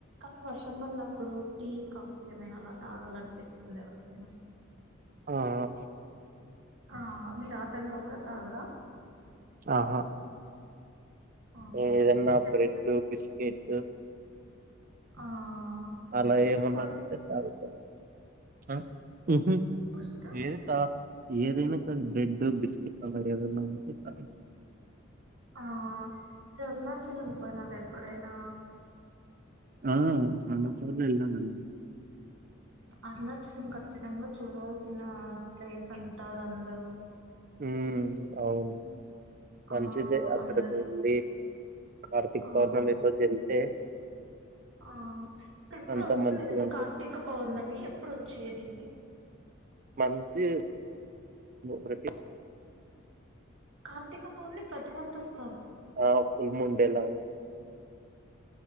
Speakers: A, on the right; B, on the right.
A: నీ వర్షం పడినప్పుడు టీ కాఫీ ఏమైనా అలా తాగాలనిపిస్తుంది ఎవరికైనా
B: ఆ అ
A: ఆ మీరు ఆ టైమ్ లో కూడా తాగరా
B: ఆహా
A: ఆ
B: మ్ ఇదన్నా
A: ఎప్పుడైనా
B: బ్రెడ్ బిస్కెట్
A: ఆ
B: అలా
A: బూస్ట్
B: ఏమన్నా
A: హార్లిక్స్
B: ఉంటే చాలు హ మ్
A: మోస్ట్
B: ఏరుత ఏదైనా కాదు బ్రెడ్ బిస్కెట్ అలా ఏదైన్నా ఉంటే కా
A: ఆ ఇ అన్నాచల పోయిన ఎప్పుడైనా
B: ఆ చానా సార్లు ఎల్లం అండి
A: అలచె <unintelligible> కచ్చితంగా చూడవల్సిన ప్లేస్ అం దరు అందరూ
B: హ్మ్ అవును మంచిదే
A: ఆ
B: అక్కడికి
A: అందరు
B: వెళ్ళి కార్తీక్
A: ఆ
B: పౌర్ణమి రోజు వెళ్తే
A: ఆ ఇప్పుడు ఎప్పుడు
B: అంత
A: వస్తుంది
B: మంచిగా
A: కదా
B: ఉంటుంది.
A: కార్తీక పౌర్ణమి ఎప్పుడుొచ్చేది
B: మనతి ప్రతి
A: కార్తీక పూర్ణి ప్రతిమంతస్
B: ఆ ఫుల్ముండెలాగ